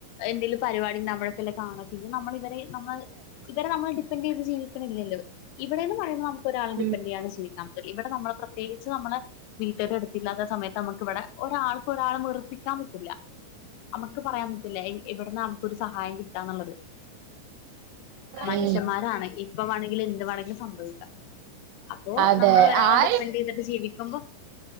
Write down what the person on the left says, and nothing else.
എന്തേലും പരിപാടി ഉണ്ടാവുമ്പോഴൊക്കെയല്ലേ കാണ നമ്മൾ ഇവരെ നമ്മൾ ഇവരെ നമ്മൾ ഡിപ്പെൻഡ് ചെയ്ത് ജീവിക്കണില്ലല്ലോ ഇവിടേന്ന് പറയുമ്പോ നമു ഒരാളെ
ഡിപെൻഡ് ചെയ്യുകയാണ് ചെയ്യു ഇവിടെ നമ്മൾ പ്രത്യേകിച്ച് നമ്മളെ വീട്ടാരുടത്ത് ഇല്ലാത്ത സമയത്ത് നമുക്ക് ഇവിടെ ഒരാള് ഒരാളെ വെറുപ്പിക്കാൻ പറ്റില്ല നമുക്ക് പറയാൻ പറ്റില്ല എവിടന്നാ നമുക്കൊരു സഹായം കിട്ടാന്നുള്ളത് മനുഷ്യന്മാരാണ്
ഇപ്പ വേണമെങ്കിലും എന്ത് വേണമെങ്കിലും സംഭവിക്കാം അപ്പോ
നമ്മൾ ഒരാളെ
ഡിപ്പെൻഡ് ചെയ്തിട്ട് ജീവിക്കുമ്പോ